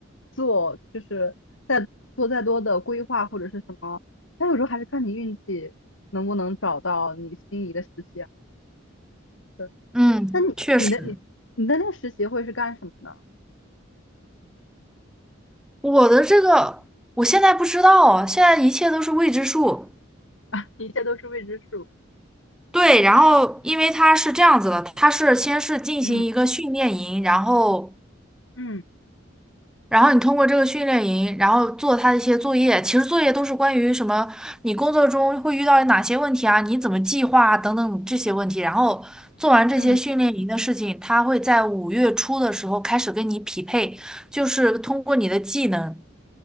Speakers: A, on the left; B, in the centre.
A: 做，就是再做再多的规划或者是什么，它有时候还是看你运气能不能找到你心仪的实习啊。对，
B: 嗯，
A: 那你你的你你的那个实习会是干什么呢？
B: 确实，我的这个我现在不知道啊，现在一切都是未知数。
A: <laughs> 一切都是未知数。
B: 对，然后因为它是这样子的，它是先是进行一个训练营，
A: 嗯
B: 然后，
A: 嗯
B: 然后你通过这个训练营，然后做它的一些作业，其实作业都是关于什么，你工作中会遇到哪些问题啊，你怎么计划啊等等这些问题，然后做完这些训练营的事情，
A: 嗯，
B: 它会在五月初的时候开始跟你匹配，就是通过你的技能，